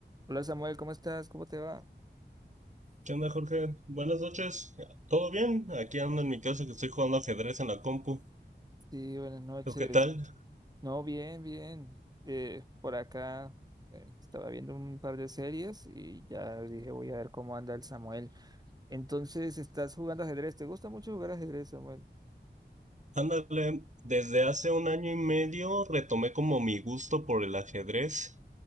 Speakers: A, on the right (about 20°); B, on the right (about 40°).
A: Hola Samuel, ¿cómo estás? ¿Cómo te va?
B: ¿Qué onda, Jorge? Buenas noches. ¿Todo bien? Aquí ando en mi casa que estoy jugando ajedrez en la compu.
A: Sí, buenas noches.
B: ¿Tú qué tal?
A: No, bien, bien. Eh, por acá eh, estaba viendo un par de series y ya dije voy a ver cómo anda el Samuel. Entonces, ¿estás jugando ajedrez? ¿Te gusta mucho jugar ajedrez, Samuel?
B: Ándale, desde hace un año y medio retomé como mi gusto por el ajedrez,